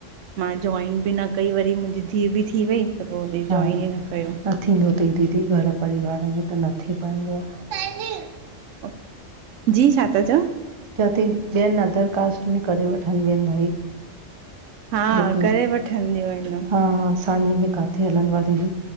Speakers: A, on the right; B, on the right.
A: मां जॉइन बि न कई वरी मुंहिंजी धी बि थी वई। त पोइ वरी
B: हा
A: जॉइन ई न कयो।
B: न थींदो तई दीदी घर परिवार में त न थी पाईंदो आ।
A: ओके, जी छा था चओ?
B: चो थी ॿियनि अधर कास्ट में करे वठंदियूं आहिनि भाई।
A: हा
B: लेकिन
A: करे वठंदियूं आहिनि।
B: हा असांजे बि काथे हलनो आ दीदी